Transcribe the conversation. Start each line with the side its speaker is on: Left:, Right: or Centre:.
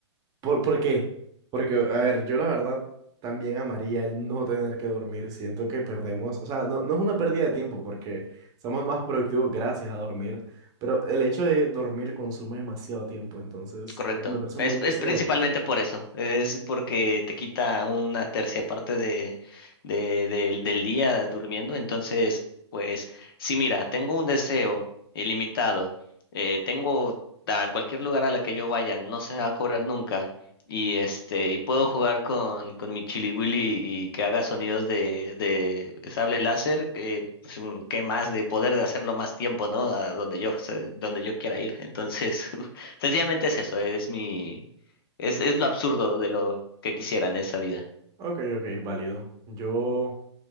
Right: ¿por, por qué? Porque, a ver, yo la verdad también amaría el no tener que dormir. Siento que perdemos, o sea, no, no es una pérdida de tiempo porque somos más productivos gracias a dormir, pero el hecho de dormir consume demasiado tiempo, entonces
Left: Correcto.
Right: me me parece
Left: Es,
Right: un buen deseo.
Left: es principalmente por eso. Es porque te quita una tercia parte de, de- del del día durmiendo. Entonces, pues, si mira, tengo un deseo ilimitado, eh, tengo a cualquier lugar a la que yo vaya, no se me va a cobrar nunca. Y este, y puedo jugar con, con mi Chili Willy y que haga sonidos de, de sable láser, que pues, mm, qué más de poder de hacerlo más tiempo, ¿no? A donde yo, donde yo quiera ir. Entonces, <laughs> Sencillamente es eso, es mi, es, es lo absurdo de lo que quisiera en esa vida.
Right: Ok, ok, válido. Yo,